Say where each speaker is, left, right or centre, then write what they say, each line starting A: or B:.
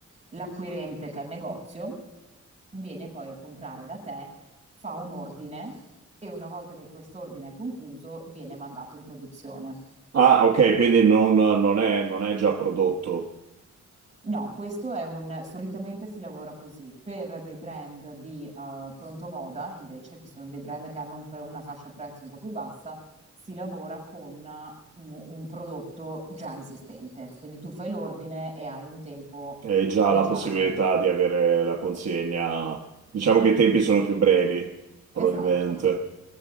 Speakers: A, on the right (about 20°); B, on the right (about 60°).
A: L'acquirente, che è il negozio, viene poi a comprare da te, fa un ordine e una volta che quest'ordine è concluso, viene mandato in produzione.
B: Ah, ok, quindi non, non è, non è già prodotto,
A: No, questo è un, solitamente si lavora così. Per dei brand di eh, pronto moda, invece, che sono dei brand che hanno un pre- una fascia prezzo un po' più bassa, si lavora con eh, un, un prodotto già esistente. Quindi tu fai l'ordine e hai un tempo,
B: hai già
A: diciamo,
B: la possibilità di avere la consegna. Diciamo che i tempi sono più brevi, probabilmente.
A: esatto.